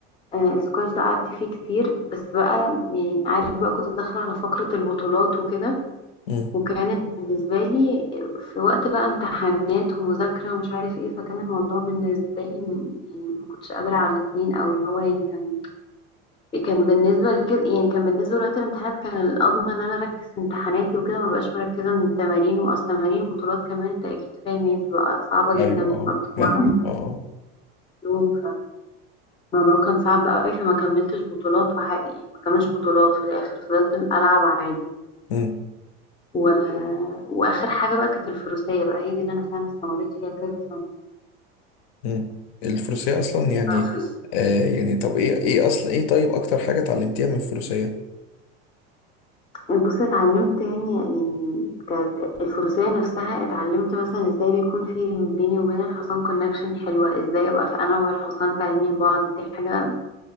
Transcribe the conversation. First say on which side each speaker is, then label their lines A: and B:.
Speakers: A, on the left; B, on the left.
A: آه، السكواش ده قعدت فيه كتير بس بقى يعني عارف بقى كنت داخلة على فقرة البطولات وكده
B: امم
A: وكانت بالنسبة لي في وقت بقى امتحانات ومذاكرة ومش عارف ايه فكان الموضوع بالنسبة لي م- يعني ما كنتش قادرة على الاتنين او اللي هو يعني كان كان بالنسبة لكده يعني كان بالنسبة لوقت الامتحانات كان الأضمن إن أنا أركز في امتحاناتي وكده مبقاش مركزة من التمارين وأصل تمارين بطولات كمان أنت أكيد فاهم يعني بتبقى صعبة
B: ايوه
A: جدا بتبقى
B: اه
A: بتتمرن
B: فاهم اه آه.
A: يوم فالموضوع كان صعب قوي فما كملتش بطولات وحقي يعني ما كملتش بطولات في الآخر فضلت ألعب عادي
B: امم
A: و... وآخر حاجة بقى كانت الفروسية بقى هي دي اللي أنا فعلا استمريت فيها كذا
B: امم الفروسية اصلا
A: سنة
B: يعني آه يعني طب ايه ايه اصلا ايه طيب اكتر حاجة اتعلمتيها من الفروسية
A: بصي اتعلمت يعني يعني كانت الفروسية نفسها اتعلمت مثلا ازاي بيكون في بيني وبين الحصان كونكشن حلوة ازاي ابقى في انا والحصان فاهمين بعض دي حاجة